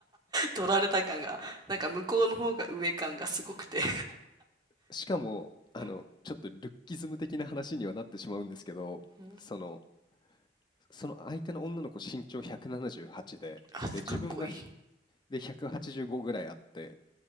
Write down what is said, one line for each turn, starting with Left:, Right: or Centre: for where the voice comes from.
Right: 取られた感が、なんか向こうの方が上感がすごくて。
Left: しかも、あの、
Right: うん。
Left: ちょっとルッキズム的な話にはなってしまうんですけど、
Right: うん
Left: その、その相手の女の子身長178で、
Right: あ、
Left: で、自分がひ
Right: かっこいい。
Left: で185ぐらいあって、